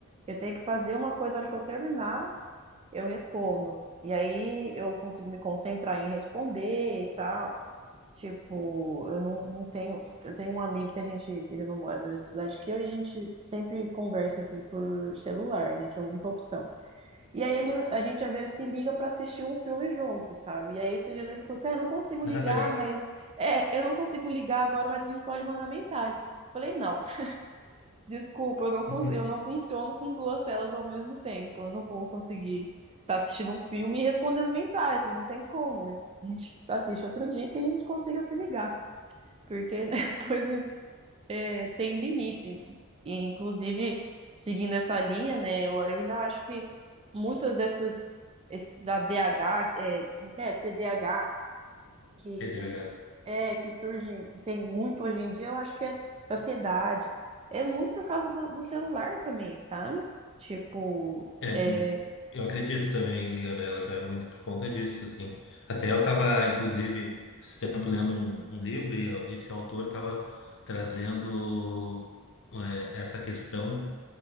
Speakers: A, on the right (about 25°); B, on the left (about 60°).
A: Eu tenho que fazer uma coisa na hora que eu terminar eu respondo. E aí eu consigo me concentrar em responder e tal. Tipo, eu não, não tenho. Eu tenho um amigo que a gente. Ele não mora na mesma cidade que eu e a gente sempre conversa assim por celular, né? Que é a única opção. E aí ele, a gente às vezes se liga pra assistir um filme junto, sabe? E aí esses dias ele falou assim: é, não consigo ligar,
B: Ah, legal.
A: mas. É, eu não consigo ligar agora, mas a gente pode mandar mensagem. Falei, não. Desculpa, eu não, con-
B: <laughs>
A: eu não funciono com duas telas ao mesmo tempo. Eu não vou conseguir estar assistindo um filme e respondendo mensagem. Não tem como. A gente assiste outro dia que a gente consiga se ligar. Porque né, <laughs> as coisas é, têm limites. E, e, inclusive, seguindo essa linha, né, eu, eu ainda acho que muitas dessas, esses ADH, é, como que é? TDAH, que
B: TDAH.
A: é que surge, que tem muito hoje em dia, eu acho que é ansiedade. É muito por causa do, do celular também, sabe? Tipo,
B: É,
A: é,
B: mu- eu acredito também, Gabriela, que é muito por conta disso, assim. Até eu estava, inclusive, esse tempo lendo um, um livro e eu- esse autor estava trazendo é, essa questão